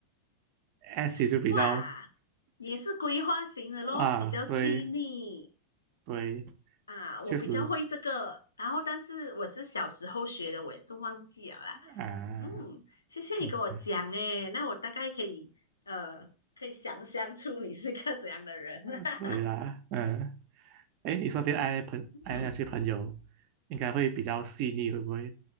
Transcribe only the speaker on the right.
，SC
就比较
啊，
对对。
确实
啊，
嗯，对，
嗯，对啦，嗯，哎，你身边爱朋爱那些朋友，
应该会比较细腻，会不会